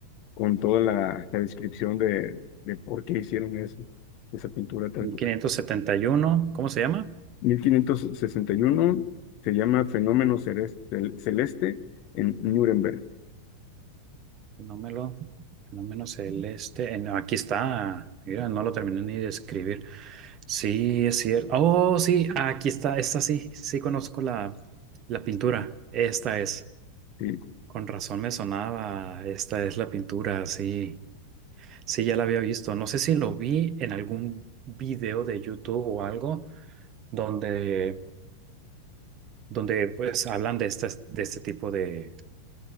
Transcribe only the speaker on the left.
con toda la, la descripción de, de por qué hicieron eso, esa pintura tal
cual.
mil quinientos sesenta y uno se llama Fenómeno Celeste, Celeste en Nuremberg.
Sí.